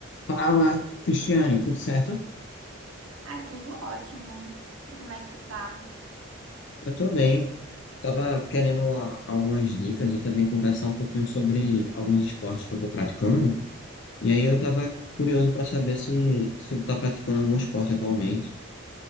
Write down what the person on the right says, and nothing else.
Ai, tudo ótimo. E como é que tu tá?